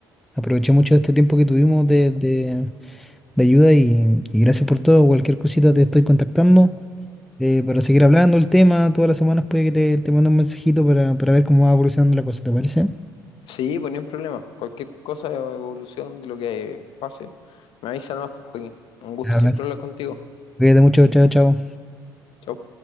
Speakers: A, in the centre; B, on the left.
A: aproveché mucho este tiempo que tuvimos de, de- de ayuda y, y gracias por todo. Cualquier cosita te estoy contactando eh, para seguir hablando el tema. Todas las semanas puede que te, te mande un mensajito para, para ver cómo va evolucionando la cosa, ¿te parece?
B: Sí, pues ni un problema. Cualquier cosa, evolución de lo que pase, me avisa nomás, pues, Joaquín. Un gusto
A: Ya,
B: siempre
A: Blas.
B: hablar contigo.
A: Cuídate mucho, chao, chao.
B: Chau.